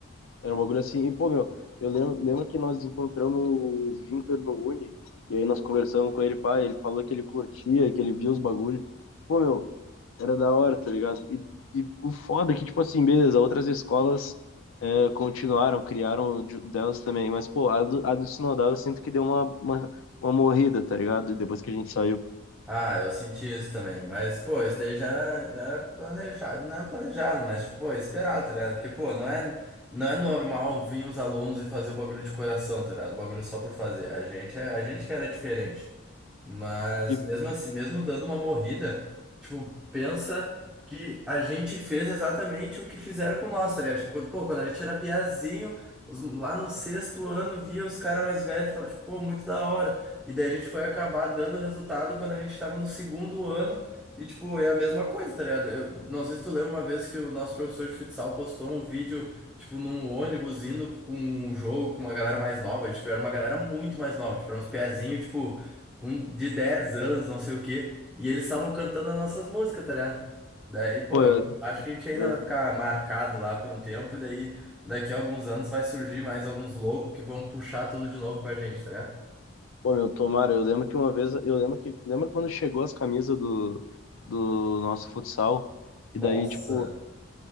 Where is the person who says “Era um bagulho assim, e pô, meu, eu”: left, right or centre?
Left